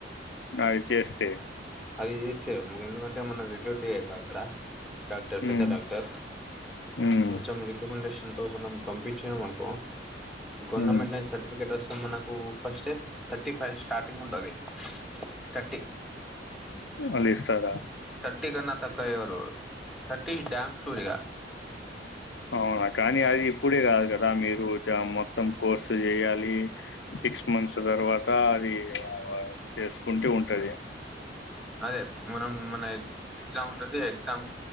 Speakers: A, on the left; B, in the centre.
A: అది చేస్తే
B: అది చేస్తే మ్ ఎందుకంటే మన రిలేటివ్ గ అక్కడ డాక్టర్ పెద్ద
A: ఉమ్
B: డాక్టర్
A: ఉమ్
B: కొంచెం రికమెండేషన్ ఎంతో మనం పంపించినాం అనుకో గవర్నమెంట్
A: ఉమ్
B: లోనే సర్టిఫికేట్ వస్ మనకు ఫస్ట్ థర్టీ ఫైవ్ స్టార్టింగ్ ఉంటుంది థర్టి
A: అళ ఇస్తారా
B: టిగాన్న తక్కయరురు తటిీష్ డమ్ షూరిగా
A: అవునా కానీ అది ఇప్పుడే కాదు కదా మీరు మొత్తం కోర్సు చేయాలి సిక్స్ మంత్స్ తర్వాత అది చేసుకుంటూ ఉంటది
B: అదే మన మన ఎగ్జామ్ ఉంటది ఎగ్జామ్